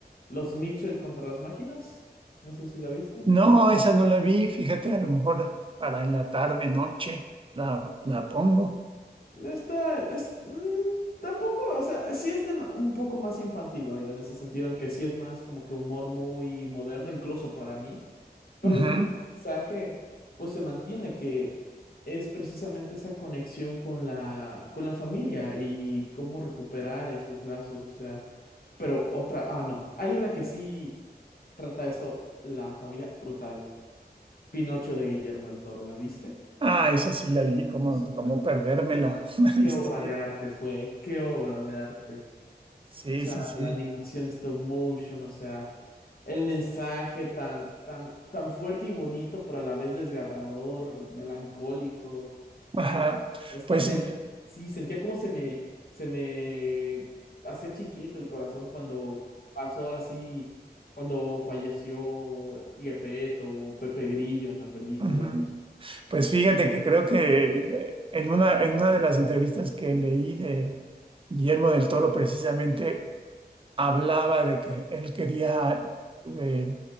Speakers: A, on the left; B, on the right.
A: Los Mitchell contra las máquinas, no sé si la viste.
B: No, esa no la vi, fíjate, a lo mejor para en la tarde, noche, la, la pongo.
A: Esta es mm, tampoco, o sea, sí es dema- un poco más infantiloide en ese sentido, en que sí es más como que humor muy moderno, incluso para mí, pero
B: Ujú.
A: al final el mensaje pues se mantiene que es precisamente esa conexión con la, con la familia y cómo recuperar esos lazos, o sea, pero otra, ah, no, hay una que sí trata eso, la familia brutal, Pinocho de Guillermo del Toro, ¿la viste?
B: Ah, esa sí la vi, como,
A: Es una
B: como perdérmela.
A: ¿Qué obra
B: <laughs>
A: de arte fue? ¿Qué obra de arte?
B: Sí,
A: O sea,
B: sí, sí, sí.
A: la animación stop motion, o sea, el mensaje tan, tan, tan fuerte y bonito, pero a la vez desgarrador, melancólico.
B: Ajá.
A: Hasta
B: Pues,
A: sentí,
B: <laughs>
A: sí, sentía como se me, se me hacía chiquito el corazón cuando pasó ahora sí, cuando falleció Gepetto o Pepe Grillo en la película.
B: ujú. Pues fíjate que creo que eh, en una, en una de las entrevistas que leí de Guillermo del Toro, precisamente hablaba de que él quería eh,